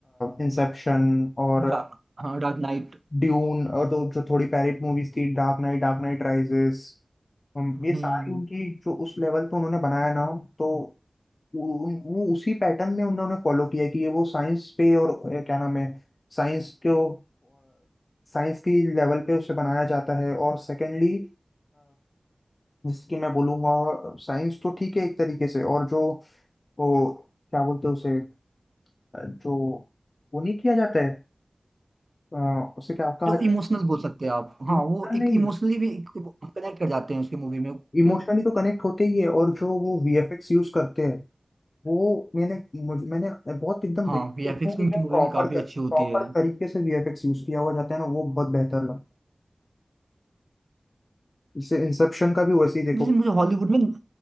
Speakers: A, on the left; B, on the right.
A: इंसेप्शन और
B: डा, हाँ डार्क नाइट
A: ड्यून और जो जो थोड़ी पहले मूवीज थी Dark Knight Dark Knight Rises
B: हम्म
A: ये सारी उनकी जो उस लेवल पे उन्होंने बनाया ना तो उन- वो उसी पैटर्न में उन्होंने फॉलो किया कि ये वो साइंस पे और अ, क्या नाम है साइंस को साइंस की लेवल पे उसे बनाया जाता है और सेकेंडली जिसकी मैं बोलूँगा साइंस तो ठीक है एक तरीके से और जो वो क्या बोलते हैं उसे अ, जो वो नहीं किया जाता है अ, उसे क्या कहा
B: जो
A: जाता
B: इमोशनल बोल सकते हैं आप
A: है
B: हाँ
A: इमोशनल
B: वो एक
A: नहीं
B: इमोशनली भी कनेक्ट कर जाते हैं उसकी मूवी में कि,
A: इमोशनली <laughs> तो कनेक्ट होते ही है और जो वो वीएफएक्स यूज करते हैं वो मैंने मुझे मैंने बहुत एकदम
B: हाँ
A: basic
B: वीएफएक्स
A: देखूं कि
B: भी उनकी
A: एकदम
B: मूवी
A: प्रॉपर
B: में काफी अच्छी
A: प्रॉपर
B: होती है
A: तरीके से वीएफएक्स यूज किया हुआ जाता है ना वो बहुत बेहतर लगा इससे इंसेप्शन का भी वैसे ही देखो
B: जैसे मुझे हॉलीवुड में